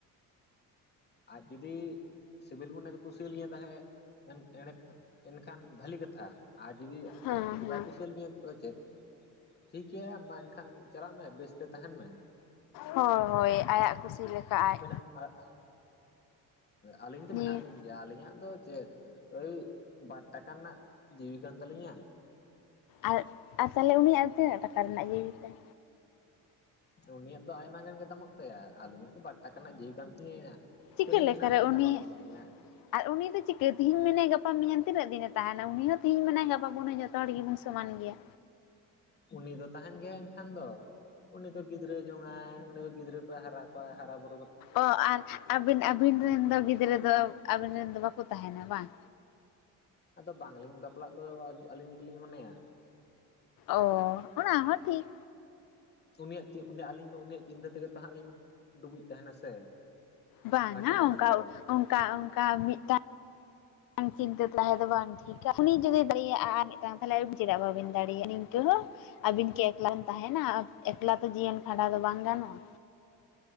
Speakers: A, on the left; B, on the left.
A: ᱟᱡ ᱡᱩᱫᱤ ᱥᱤᱵᱤᱞ ᱢᱚᱱᱮ ᱠᱚ ᱞᱤᱧᱟᱹ ᱛᱟᱦᱮᱸᱫ ᱢᱮᱱ ᱮᱱᱠᱷᱟᱱ ᱵᱷᱟᱹᱞᱤ ᱠᱟᱛᱷᱟ ᱟᱡ ᱡᱩᱫᱤ
B: ᱦᱮᱸ
A: ᱟᱡ ᱫᱚ
B: ᱦᱮᱸ
A: ᱵᱟᱭ ᱠᱩᱥᱤᱣᱟᱹᱞᱤᱧᱟ ᱟᱫᱚ ᱪᱮᱫ ᱴᱷᱤᱠ ᱜᱮᱭᱟ ᱢᱟ ᱮᱱᱠᱷᱟᱱ ᱪᱟᱞᱟᱜ ᱢᱮ ᱵᱮᱥᱛᱮ ᱛᱟᱦᱮᱸᱱ ᱢᱮ
B: ᱦᱳᱭ ᱦᱳᱭ ᱟᱭᱟᱜ ᱠᱩᱥᱤ ᱞᱮᱠᱟ ᱟᱡ
A: ᱟᱨ ᱟᱹᱞᱤᱧ ᱫᱚ
B: ᱱᱤᱭᱟᱹ
A: ᱢᱮᱱᱟᱜ ᱞᱤᱧ ᱜᱮᱭᱟ ᱟᱹᱞᱤᱧᱟᱜ ᱫᱚ ᱪᱮᱫ ᱳᱭ ᱵᱟᱨ ᱴᱟᱠᱟ ᱨᱮᱱᱟᱜ ᱡᱤᱣᱤ ᱠᱟᱱ ᱛᱟᱹᱞᱤᱧᱟ
B: ᱟᱨ ᱟᱨ ᱛᱟᱦᱚᱞᱮ ᱩᱱᱤᱭᱟᱜ ᱫᱚ ᱛᱤᱱᱟᱹᱜ ᱴᱟᱠᱟ ᱨᱮᱱᱟᱜ ᱡᱤᱣᱤ ᱛᱟᱭ
A: ᱩᱱᱤᱭᱟᱜ ᱫᱚ ᱟᱭᱢᱟ ᱜᱟᱱ ᱜᱮ ᱫᱟᱢᱚᱜ ᱛᱟᱭᱟ ᱟᱹᱞᱤᱧᱟᱜ ᱫᱚ ᱵᱟᱨ ᱴᱟᱠᱟ ᱨᱮᱱᱟᱜ ᱡᱤᱣᱤ ᱠᱟᱱ ᱛᱤᱧᱟᱹ
B: ᱪᱤᱠᱟᱹ
A: ᱛᱮᱦᱮᱧ
B: ᱞᱮᱠᱟᱨᱮ
A: ᱢᱮᱱᱟᱜ ᱞᱤᱧᱟᱹ
B: ᱩᱱᱤ
A: ᱜᱟᱯᱟ ᱵᱟᱹᱱᱩᱜ ᱞᱤᱧᱟᱹ
B: ᱟᱨ ᱩᱱᱤ ᱫᱚ ᱪᱤᱠᱟᱹ ᱛᱮᱦᱮᱧ ᱢᱮᱱᱟᱭᱟ ᱜᱟᱯᱟ ᱢᱮᱭᱟᱝ ᱛᱤᱱᱟᱹᱜ ᱫᱤᱱᱮ ᱛᱟᱦᱮᱸᱱᱟ ᱩᱱᱤ ᱦᱚᱸ ᱛᱮᱦᱮᱧ ᱢᱮᱱᱟᱭᱟ ᱜᱟᱯᱟ ᱵᱟᱱᱩᱭ <unintelligible> ᱡᱚᱛᱚ ᱦᱚᱲ ᱜᱮᱵᱚᱱ ᱥᱚᱢᱟᱱ ᱜᱮᱭᱟ
A: ᱩᱱᱤ ᱫᱚ ᱛᱟᱦᱮᱸᱱ ᱜᱮᱭᱟᱭ ᱮᱱᱠᱷᱟᱱ ᱫᱚ ᱩᱱᱤ ᱫᱚ ᱜᱤᱫᱽᱨᱟᱹ ᱡᱚᱝᱟᱭ ᱩᱱᱤ ᱫᱚ ᱜᱤᱫᱽᱨᱟᱹ ᱠᱚᱭ ᱦᱟᱨᱟ ᱠᱚᱣᱟᱭ ᱦᱟᱨᱟ ᱵᱩᱼ
B: ᱚ ᱟᱨ ᱟᱹᱵᱮᱱ ᱟᱹᱵᱮᱱ ᱨᱮᱱ ᱫᱚ ᱜᱤᱫᱽᱨᱟᱹ ᱫᱚ ᱟᱹᱵᱤᱱ ᱨᱮᱱ ᱫᱚ ᱵᱟᱠᱚ ᱛᱟᱦᱮᱸᱱᱟ ᱵᱟᱝ
A: ᱟᱫᱚ ᱵᱟᱝᱞᱤᱧ ᱵᱟᱯᱞᱟᱜ ᱫᱚ ᱟᱹᱞᱤᱧ ᱡᱩᱫᱤ ᱞᱤᱧ ᱢᱚᱱᱮᱭᱟ
B: ᱚ ᱚᱱᱟ ᱦᱚᱸ ᱴᱷᱤᱠ
A: ᱩᱱᱤᱭᱟᱜ ᱩᱱᱤᱭᱟᱜ ᱟᱹᱞᱤᱧ ᱫᱚ ᱩᱱᱤᱭᱟᱜ ᱪᱤᱱᱛᱟᱹ ᱛᱮᱜᱮ ᱛᱟᱦᱟᱸᱜ ᱞᱤᱧ ᱰᱩᱵᱩᱡ ᱛᱟᱦᱮᱸᱱᱟ ᱥᱮ
B: ᱵᱟᱝᱟ
A: ᱵᱷᱟᱹᱴᱤ ᱮᱢᱟᱱ
B: ᱚᱱᱠᱟ
A: ᱠᱚᱨᱮ
B: ᱚᱱᱠᱟ ᱚᱱᱠᱟ ᱢᱤᱫᱴᱟᱝ ᱵᱟᱝ ᱪᱤᱱᱛᱟᱹ ᱛᱟᱦᱮᱸᱩᱱᱩ ᱡᱩᱫᱤ ᱫᱟᱲᱮᱭᱟᱜᱼᱟ ᱟᱨ ᱢᱤᱫᱴᱟᱝ ᱛᱟᱦᱚᱞᱮ ᱟᱵᱮᱱ ᱪᱮᱫᱟᱜ ᱵᱟᱵᱮᱱ ᱫᱟᱲᱮᱭᱟᱜᱼᱟ ᱛᱚ ᱦᱚ ᱟᱹᱵᱮᱱ ᱠᱤ ᱮᱠᱞᱟ ᱵᱮᱱ ᱛᱟᱦᱮᱸᱱᱟ ᱮᱠᱞᱟ ᱫᱚ ᱡᱤᱭᱚᱱ ᱠᱷᱟᱸᱰᱟᱣ ᱫᱚ ᱵᱟᱝ ᱜᱟᱱᱚᱜᱼᱟ